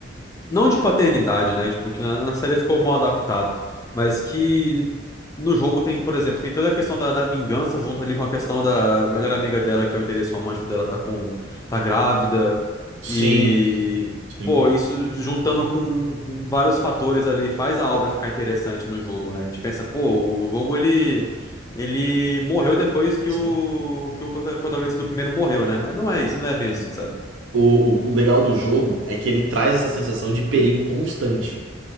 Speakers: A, on the left; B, on the right.
A: não de paternidade, né? Tipo, que na, na série ficou mal adaptado, mas que no jogo tem, por exemplo, tem toda a questão da, da vingança junto ali com a questão da melhor amiga dela, que é o interesse romântico dela, tá com, tá grávida.
B: sim,
A: E,
B: sim,
A: pô, isso juntando com vários fatores ali faz a obra ficar interessante no jogo, né? A gente pensa, pô, o jogo ele. Ele morreu depois que
B: sim.
A: o, que o protagonista do primeiro morreu, né? Mas não é isso, não é bem
B: Uhum.
A: assim, sabe?
B: O, o o legal do jogo é que ele traz essa sensação de perigo constante.